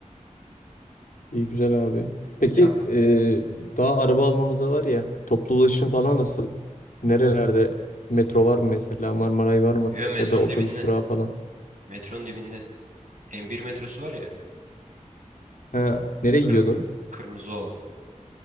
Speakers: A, on the left; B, on the right.
A: İyi güzel abi. Peki
B: Ya
A: eee, daha araba almamıza var ya toplu ulaşım falan nasıl? Nerelerde metro var mı mesela Marmaray var mı?
B: Yo metronun
A: Ya da otobüs
B: dibinde.
A: durağı falan.
B: Metronun dibinde. m bir metrosu var ya.
A: Ha, nereye
B: Kır
A: gidiyordu?
B: kırmızı olan.